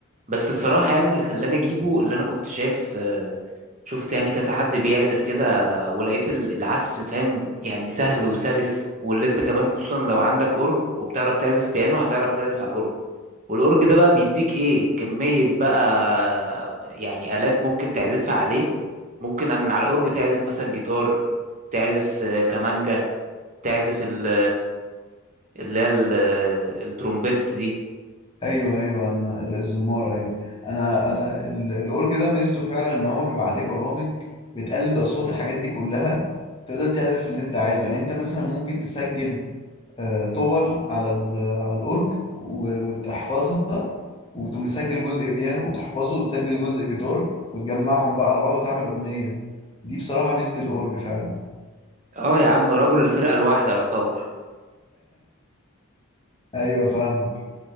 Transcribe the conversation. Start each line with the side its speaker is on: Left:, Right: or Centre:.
Right: بس الصراحة يعني اللي خلاني أجيبه اللي أنا كنت شايف آه، شفت يعني كذا حد بيعزف كده ولقيت ال- العزف فاهم يعني سهل وسلس واللي أنت كمان خصوصا لو عندك أورج وبتعرف تعزف بيانو هتعرف تعزف على الأورج والأورج ده بقى بيديك إيه كمية بقى يعني آلات ممكن تعزفها عليه ممكن من على الأورج تعزف مثلا جيتار تعزف آه، كمانجا تعزف ال اللي هي ال- الترومبيت دي
Left: ايوه ايوه انا ال- الزمارة ايوه انا انا ال- الاورج ده ميزته فعلا ان هو بيبقى عليه برامج بتقلد اصوات الحاجات دي كلها تقدر تعزف اللي انت عايزه يعني انت مثلا ممكن تسجل آه، توبل على ال- على الاورج و- وتحفظها وتقوم مسجل جزء بيانو وتحفظه وتسجل جزء جيتار وتجمعهم بقى على بعض وتعمل أغنية دي بصراحة ميزة الأورج فعلا
Right: اه يا عم رجل الفرقة الواحدة يعتبر
Left: أيوة فاهمك